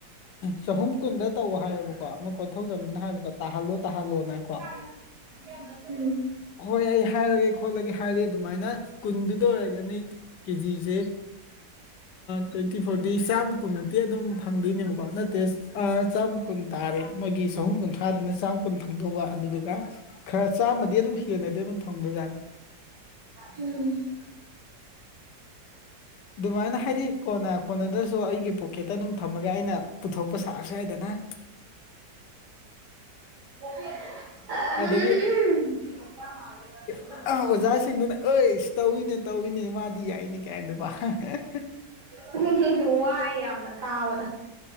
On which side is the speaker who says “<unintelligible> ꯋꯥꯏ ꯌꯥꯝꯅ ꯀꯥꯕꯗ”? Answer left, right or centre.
Right